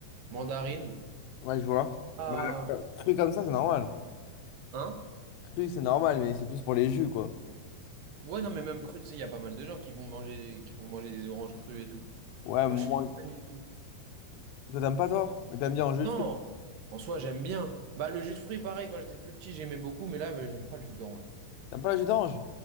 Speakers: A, on the right (about 70°); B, on the left (about 80°).
A: mandarine,
B: Ouais, je vois.
A: ah,
B: Bah, euh, cru comme ça, c'est normal.
A: hein?
B: Cru, c'est normal, mais c'est plus pour les jus, quoi.
A: Ouais, non, mais même cru, tu sais, il y a pas mal de gens qui vont manger, qui vont manger des oranges crues et tout.
B: Ouais,
A: Moi,
B: moi.
A: je suis pas fan du tout.
B: Toi, t'aimes pas, toi? Mais t'aimes bien en jus
A: Non,
B: de fruits.
A: en soi, j'aime bien. Bah, le jus de fruits, pareil, quand j'étais plus petit, j'aimais beaucoup, mais là, euh, j'aime pas le jus d'orange.
B: T'aimes pas le jus d'orange?